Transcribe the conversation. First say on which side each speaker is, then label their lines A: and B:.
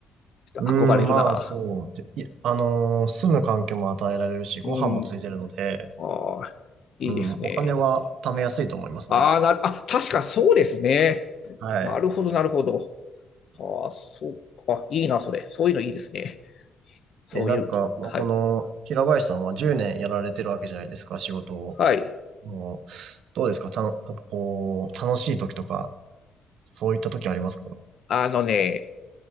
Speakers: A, on the left (about 50°); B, on the right (about 75°).
A: ょっと憧れるな。
B: うん、まあ、そうで。いや、あのー住む環境も与えられるし、ご飯もついてるので、
A: うん。ああ、いいですね。
B: うん、お金は貯めやすいと思いますね。
A: ああ、な、あ、確かそうですね。
B: はい。
A: なるほど、なるほど。ああ、そうか。いいな、それ。そういうのいいですね。そういう、
B: え、なんか、まあ、
A: はい。
B: この、平林さんは10年やられてるわけじゃないですか、仕事を。
A: はい。
B: もう、どうですかたの、なんかこう、楽しい時とか、そういった時ありますか
A: あのね、